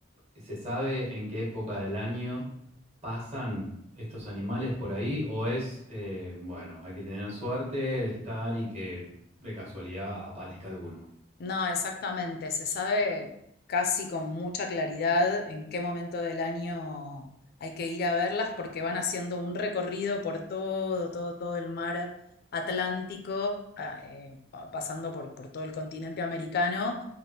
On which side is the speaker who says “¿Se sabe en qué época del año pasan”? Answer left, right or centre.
Right